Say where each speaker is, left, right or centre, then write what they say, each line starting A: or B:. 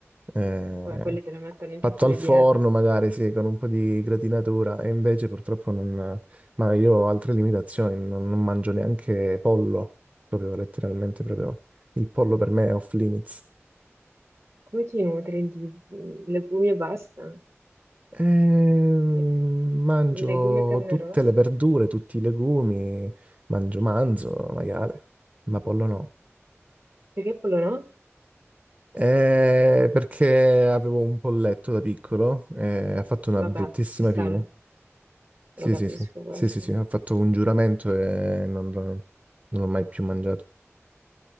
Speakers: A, on the right (about 30°); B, on the right (about 65°).
A: Eh,
B: Vabbè, quelli te le mettono in
A: fatto
B: tutte le
A: al forno
B: diete.
A: magari, sì, con un po' di gratinatura, e invece purtroppo non... Ma io ho altre limitazioni, non, non mangio neanche pollo, proprio letteralmente, proprio il pollo per me è off limits.
B: Come ti nutri di legumi e basta?
A: Ehm,
B: Le-
A: mangio
B: Legumi e carne
A: tutte
B: rossa?
A: le verdure, tutti i legumi, mangio manzo, maiale, ma pollo no.
B: Perché quello no?
A: Eh, perché avevo un polletto da piccolo e ha fatto una
B: Vabbè,
A: bruttissima
B: ci sta,
A: fine.
B: lo
A: Sì,
B: lo capisco
A: sì, sì,
B: questo.
A: sì, sì, sì, ha fatto un giuramento e non, l'ho non l'ho mai più mangiato.